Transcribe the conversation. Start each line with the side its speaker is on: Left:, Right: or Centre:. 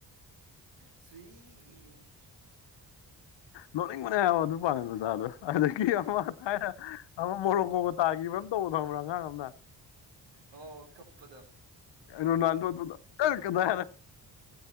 Right: ꯁ꯭ꯨꯏ
Left: ꯂꯣꯅꯤꯡꯕꯅꯦ ꯑꯗꯨ ꯄꯥꯉ ꯑꯣꯖꯥꯗꯣ ꯑꯗꯗꯒꯤ ꯑꯃ ꯊ ꯑꯃ ꯃꯣꯔ ꯀꯣ ꯀ ꯇꯥꯈꯤꯕ ꯑꯃ ꯇꯧꯕ ꯊꯕ꯭ꯔꯥ ꯑꯉꯥꯡ ꯑꯃꯅ
Right: ꯑꯣ ꯈꯞꯄꯗꯣ
Left: ꯔꯣꯅꯥꯜꯗꯣ ꯀ ꯀꯗꯥ